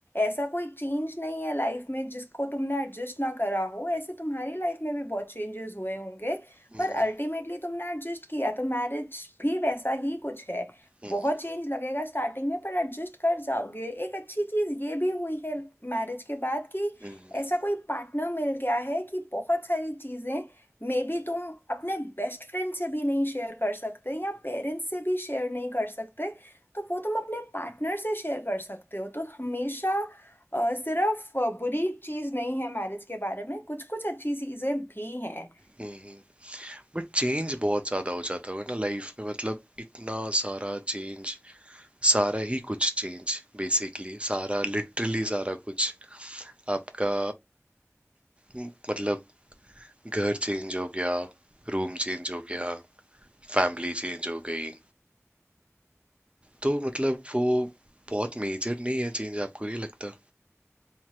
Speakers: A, on the left (about 40°); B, on the right (about 20°).
A: ऐसा कोई चेंज नहीं है लाइफ में जिसको तुमने एडजस्ट ना करा हो ऐसे तुम्हारी लाइफ में भी बहुत चेंजेस हुए होंगे
B: हम्म,
A: पर अल्टीमेटली तुमने एडजस्ट किया तो मैरिज भी वैसा ही कुछ है
B: हम्म,
A: बहुत चेंज लगेगा स्टार्टिंग में पर एडजस्ट कर जाओगे एक अच्छी चीज़ ये भी हुई है मैरिज के बाद कि
B: हम्म, हम्म,
A: ऐसा कोई पार्टनर मिल गया है कि बहुत सारी चीज़ें मे बी तुम अपने बेस्ट फ्रेंड से भी नहीं शेयर कर सकते या पेरेंट्स से भी शेयर नहीं कर सकते तो वो तुम अपने पार्टनर से शेयर कर सकते हो तो हमेशा अ, सिर्फ अ, बुरी चीज़ नहीं है मैरिज के बारे में कुछ कुछ अच्छी चीज़ें भी हैं
B: हम्म, हम्म। बट चेंज बहुत ज्यादा हो जाता होगा ना लाइफ में मतलब इतना सारा चेंज सारा ही कुछ चेंज बेसिकली सारा लिटरली सारा कुछ आपका म, मतलब घर चेंज हो गया रूम चेंज हो गया फैमिली चेंज हो गई तो मतलब वो बहुत मेजर नहीं है चेंज आपको नहीं लगता